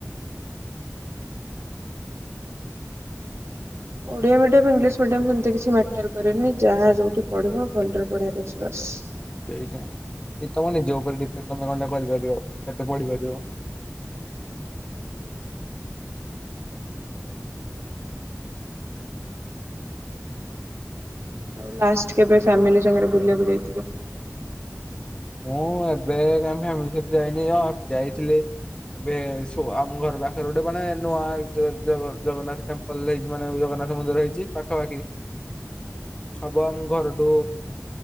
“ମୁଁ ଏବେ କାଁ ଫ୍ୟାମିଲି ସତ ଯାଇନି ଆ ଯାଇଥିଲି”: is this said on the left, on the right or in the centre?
Left